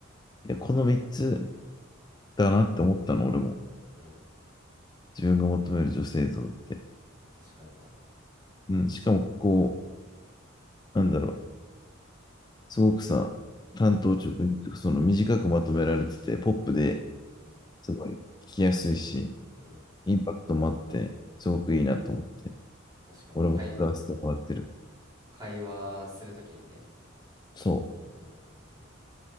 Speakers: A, on the left; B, on the right.
A: や、この3つだなって思ったの、俺も。
B: う
A: 自分が求める女性像って。
B: ん確かにな
A: うん。しかも、こう、なんだろう、すごくさ、
B: うん
A: 単刀直入とかその短くまとめられてて、ポップで
B: うん
A: すごい聞きやすいし、
B: うん
A: インパクトもあって、すごくいいなと思って、
B: 確かに会、
A: 俺も使わせてもらってる。
B: 会話するときにね
A: そ
B: うんうんうん